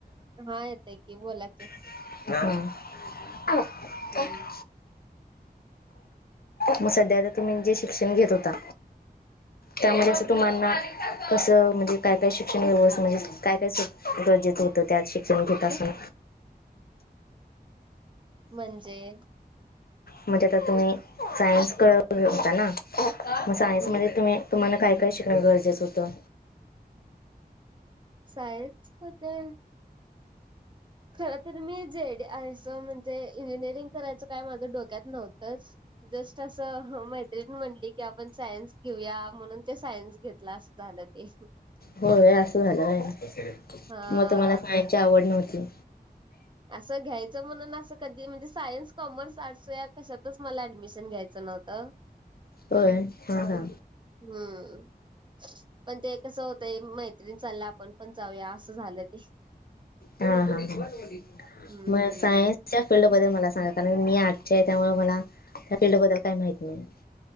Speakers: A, on the right; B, on the left.
A: हा येतय की, बोला की.
B: ह. <inaudible>
A: हम्म
B: मग सध्याता तुम्ही जे शिक्षण घेत होता. त्यामध्ये
A: होय
B: असं तुम्हाना <inaudible> कसं म्हणजे काय काय शिक्षण व्यवस्थ म्हणजे काय काय गरजेचं होतं. त्यात शिक्षण घेेत असताना.
A: म्हणजे
B: म्हणजे आता तुम्ही सायन्स करत होता ना? मग सायन्स
A: हम्म
B: मध्ये तुम्ही तुम्हाला काय काय शिकणं गरजेचं होतं?
A: सायन्स मध्ये खर तररी मी जे डी आयचं म्हणजे इंजिनिअरिंग करायचं काय माझं डोक्यात नव्हतंच. जस्ट असं मैत्रिणी म्हणली की आपण सायन्स घेऊया म्हणून ते सायन्स घेतला असं झालं ते.
B: होय असं झालं होय
A: हा
B: मग तुम्हाला सायन्सची आवड नव्हती?
A: असं घ्यायचं म्हणून असं कधी म्हणजे सायन्स, कॉमर्स, आर्टस या कशातच मला ऍडमिशन घ्याचं नव्हतं.
B: होय हा हा.
A: हम्म.. पण ते कसं होतंय एक मैत्रीण चालल्या आपण पण जाऊया असं झालं ते.
B: हा हा हा
A: हम्म.
B: मग सायनस या फिल्डबद्दल मला सांगा कारण मी आर्ट्सची आहे, त्यामुळे मला त्या फिल्डबद्दल काही माहिती नाही.